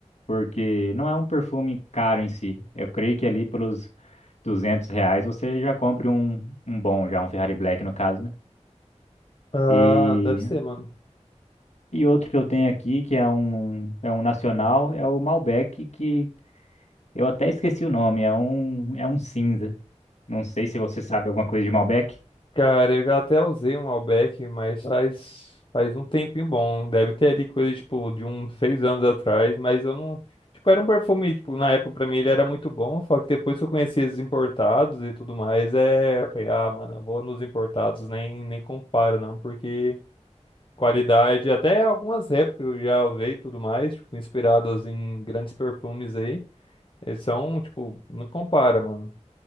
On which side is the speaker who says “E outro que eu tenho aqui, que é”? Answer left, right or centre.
Left